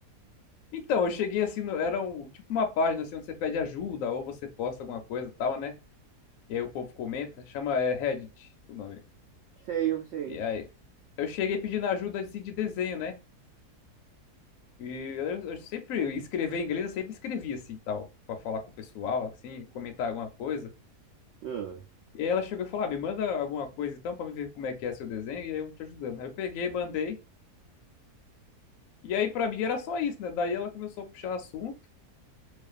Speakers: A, on the left; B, on the right.
A: Então, eu cheguei assim, no- era um, tipo uma página assim, onde você pede ajuda ou você posta alguma coisa e tal, né? E aí o povo comenta, chama é, Reddit o nome.
B: Sei, eu sei.
A: E aí eu cheguei pedindo ajuda assim, de desenho, né? E eu, eu sempre escrever em inglês, eu sempre escrevi assim, tal, pra falar com o pessoal, assim, comentar alguma coisa.
B: Hum,
A: E aí ela chegou e falou: "Ah, me manda alguma coisa então pra me ver como é que é seu desenho e aí eu vou te ajudando". Aí eu peguei, mandei. E aí pra mim era só isso, né? Daí ela começou a puxar assunto.